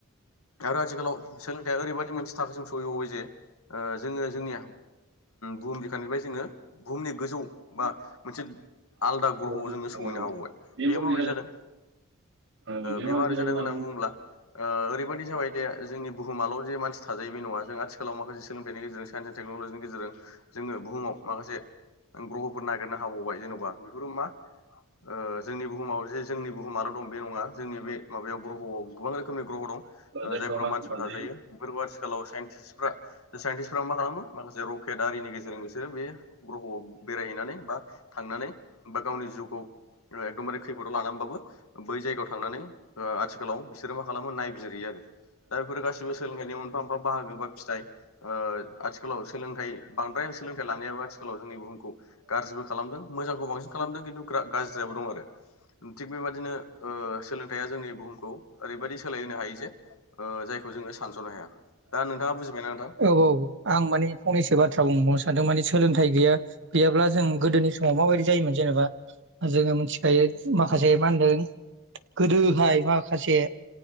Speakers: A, on the left; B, on the right.
A: आरो आथिखालाव जों दा ओरैबायदि मोनसे थाखोसिम सहैबावबाय जे ओ जोङो जोंनि बुहुम बिखानिफ्राय जोङो बुहुमनि गोजौ बा मोनसे आलदा ग्रह'आव
B: जों
A: जोङो
B: सहैनो
A: सौहैनो
B: हाबाय
A: हाबावबाय बेयो माबोरै
B: बे
A: जादों
B: बेमार
A: बे माबोरै
B: आजार
A: जादों
B: होनना
A: होननानै बुङोब्ला ओरैबायदि जाबाय दे जोंनि बुहुमाल' जे मानसि थाजायो बे नङा जों आथिखालाव माखासे सोलोंथाइनि गेजेरजों साइन्स एन टेक्न'लजिनि गेजेरजों जोङो बुहुमाव माखासे ग्रह'फोर नागिरनो हाबावबाय जेन'बा बेफोरो मा ओ जोंनि बुहुमाव जे जोंनि बुहुमाल' दं बे नङा जोंनि बे माबायाव ग्रह'आव गोबां रोखोमनि ग्रह' दं
B: ओ जायखौ
A: जायफोराव
B: मानसिफ्रा
A: मानसि थाजायो
B: जायो
A: बेफोरखौ आथिखालाव साइन्टिस्टफ्रा साइन्टिस्टफ्रा मा खालामो माखासे रकेट आरिनि गेजेरजों बिसोरो बे ग्रह'आव बेरायहैनानै बा थांनानै बा गावनि जिउखौ एकदमबारे खैफोदाव लानानैबाबो बै जायगायाव थांनानै आथिखालाव बिसोरो मा खालामो नायबिजिरहैयो आरो दा बेफोर गासैबो सोलोंथाइ मोनफा मोनफा बाहागो बा फिथाइ ओ आथिखालाव सोलोंथाइ बांद्राय सोलोंथाइ लानायाबो आथिखालाव जोंनि बुहुमखौ गाज्रिबो खालामदों मोजांखौ बांसिन खालामदों खिन्थु गाज्रियाबो दं आरो थिग बेबायदिनो सोलोंथाइया जोंनि बुहुमखौ ओरैबायदि सोलाय होनो हायो जे ओ जायखौ जोङो सानस'नो हाया दा नोंथाङा बुजिबायना नोंथां
B: आं माने फंनैसो बाथ्रा बुंबावनो सानदों माने सोलोंथाइ थाइ गैया गैयाब्ला जों गोदोनि समाव माबायदि जायोमोन जेनेबा जोङो मिथिखायो माखासे मा होनदों गोदोहाय माखासे